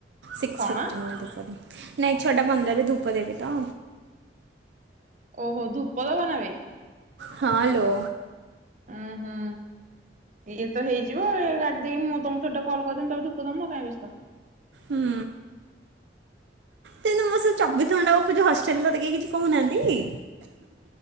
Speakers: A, on the right (about 75°); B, on the right (about 40°).
A: ସିକ୍ସ
B: କଣ
A: ଫିଫ୍ଟନାଇନ୍। ନାଇଁ ଛଟା ପନ୍ଦରରେ ଧୂପ ଦେବି ତ
B: ଓହୋ ଧୂପ ଦବନାବେ।
A: ହଁ ଲୋ।
B: ହଁ ହଁ। ଇଏ ତ ହେଇଯିବ ଏ କାଟି ଦେଇକି ମୁଁ ତମକୁ ଛୋଟ କଲ କରିଦେବି ତମେ ଧୂପ ଦବ କାଇଁ ବ୍ୟସ୍ତ।
A: ହୁଁ। ତମେତ ମୋ ସହ ଚବିଶ ଘଣ୍ଟା ଗପୁଚ ହଷ୍ଟେଲରେ ତତେ କେହି କିଛି କହୁନାହାନ୍ତିକି।